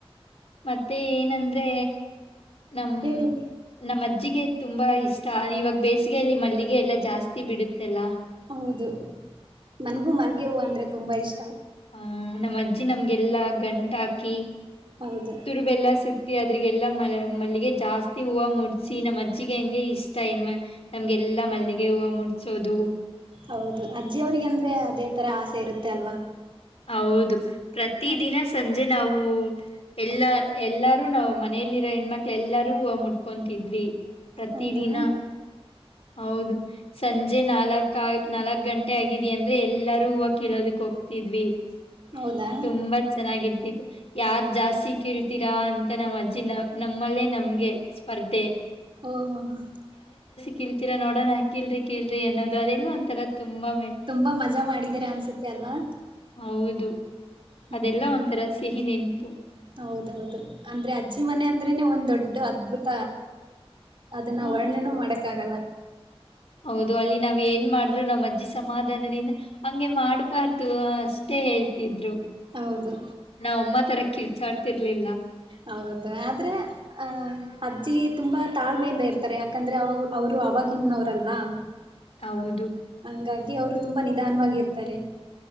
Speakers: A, on the left; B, on the right.
A: ಮತ್ತೆ ಏನಂದ್ ದೆ ನಮ್ಮ್
B: ಹೇಳಿ
A: ನಮ್ಮ್ ಅಜ್ಜಿಗೆ ತುಂಬಾ ಇಷ್ಟ ಇವಾಗ್ ಬೇ ಬೇಸ್ಗೆಯಲ್ಲಿ ಮಲ್ಲಿಗೆ ಎಲ್ಲಾ ಜಾಸ್ತಿ ಬಿಡುತ್ತೆಲ್ಲಾ
B: ಹೌದು ನನ್ಗೂ ಮಲ್ಗೆ ಹೂವು ಅಂದ್ರೆ ತುಂಬಾ ಇಷ್ಟ
A: ಹ್ಮ ನಮ್ಮ ಅಜ್ಜಿ ನಮಗೆಲ್ಲ ಗಂಟ ಹಾಕಿ
B: ಹೌದು
A: ತುರುಬೆಲ್ಲ ಸುತ್ ಅದ್ರರಿಗೆಲ್ಲ ಮ ಮಲ್ಲಿಗೆ ಜಾಸ್ತಿ ಹೂವ ಮುಡ್ಸಿ ನಮ್ಮಜ್ಜಿಗೆ ಹಂಗೆ ಇಷ್ಟ ಏನ್ ನಮಗೆಲ್ಲ ಮಲ್ಲಿಗ್ ಗೆ ಹೂವ ಮುಡಸೋದು
B: ಹೌದು ಅಜ್ಜಿ ಅವ್ರಿಗೆ ಅಂದ್ರೆ ಅದೇ ತರ ಆಸೆ ತೆ ಇರುತ್ತೆ ಅಲ್ವಾ
A: ಹೌದು ಪ್ರತಿ
B: ಹ್ಮ
A: ದಿನ ಸಂಜೆ ಜೆ ನಾವು ಎಲ್ಲಾ ಎಲ್ಲಾರು ನಾವು ಮನೆಯಲ್ಲಿರೋ ಹೆಣ್ಮಕ್ಳ ಎಲ್ಲಾ ಮುಟ್ಕೊತಿದ್ವಿ ಪ್ರತಿ
B: ಹೌದಾ
A: ದಿನ ಹೌದು ಸಂಜೆ ನಾಲ್ಕು ಕಾಯ್ ನಾಲ್ಕಕ್ ಗಂಟೆ ಆಗಿದೆ ಅಂದ್ರೆ ಎಲ್ಲರೂ ಹೂವ ಕೀಳೋದಕ್ಕೆ ಹೋಗ್ತಿದ್ವಿ ಸ್
B: ಹೌದಾ
A: ತುಂಬಾ ಚೆನ್ನಾಗಿ ಯಾರ್ ಜಾಸ್ತಿ ಕೀಳ್ತೀರಾ ಅಂತ ನಮ್ಮ್ ಅಜ್ಜಿ ನ ನಮ್ಮಲ್ಲೇ ನಮ್ಗೆ ಸ್ಪರ್ಧೆ
B: ಓ ಹ ಹಾ
A: ಕಿಳ್ತೀರಾ ನೋಡೋಣ ಕೀಳ್ರಿ ಕೀಳ್ರಿ ಅನ್ನೋದು ಅದೆಲ್ಲ ಒಂಥರ ತುಂಬಾ ಮೆ-
B: ತುಂಬಾ ಮಜಾ ಮಾಡಿದಿರ ಅನ್ಸತ್ತೆ ಅಲ್ವಾ
A: ಹೌದು
B: ಹ್ಮ್
A: ಅದೆಲ್ಲ ಒಂಥರ ಸ್ ಸಿಹಿ ನೆನಪು
B: ಹೌದೌದು ಅಂದ್ರೆ ಅಜ್ಜಿ ಮನೆ ಅಂದ್ರೇನೆ ಒಂದ್ ದೊಡ್ಡ ಅದ್ಭುತ ಅದನ್ನ
A: ಹೌದು
B: ವರ್ಣೇನೂ ಮಾಡಕ್ಕಾಗಲ್ಲ
A: ಹೌದು ಅಲ್ಲಿ ನಾವ್ ಏನ್ ಮಾಡ್ರು ನಮ್ಮ್ ಅಜ್ಜಿ ಸಮಾಧಾನದಿಂದ ಹಂಗೆ ಮಾಡ್ಬಾರ್ದು ಅಷ್ಟೇ ಹೇಳ್ತಿದ್ರು
B: ಹೌದು
A: ನಾ ಅಮ್ಮ ತರ ಕಿರ್ ಚ್ಚಾಡ್ತಿರ್ಲಿಲ್ಲ
B: ಹೌದು ಆದ್ರೆ ಅಹ ಅಜ್ಜಿ ತುಂಬಾ ತಾಳ್ಮೆಯಿಂದ ಇರ್ತಾರೆ ಯಾಕಂದ್ರೆ ಅವಾಗ ಅವರು ಅವಾಗಿನವ್ರಲ್ವಾ
A: ಹೌದು
B: ಹಾಗಾಗಿ ಅವರು ತುಂಬಾ ನಿಧಾನವಾಗಿರ್ತಾರೆ